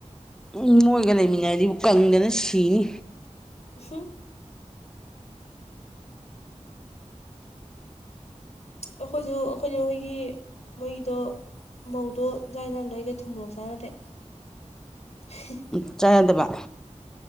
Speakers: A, in the centre; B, on the left (about 60°).
A: ꯎ ꯃꯣꯏꯒ ꯂꯩꯃꯤꯟꯅꯔꯗꯤ ꯀꯪꯗꯅ ꯁꯤꯅꯤ꯫
B: ꯍꯝ꯫ ꯑꯈꯣꯏꯁꯨ ꯑꯩꯈꯣꯏꯅꯦ ꯍꯣꯏꯒꯤ ꯃꯣꯏꯒꯤꯗꯣ ꯃꯧꯗꯣ ꯖꯥꯛ ꯍꯦꯟꯖꯥꯡꯗ ꯑꯩꯒ ꯊꯨꯝꯃꯣꯔꯣꯛ ꯆꯥꯅꯗꯦ ꯍꯤ꯫
A: ꯎꯝ ꯆꯥ ꯌꯥꯗꯕ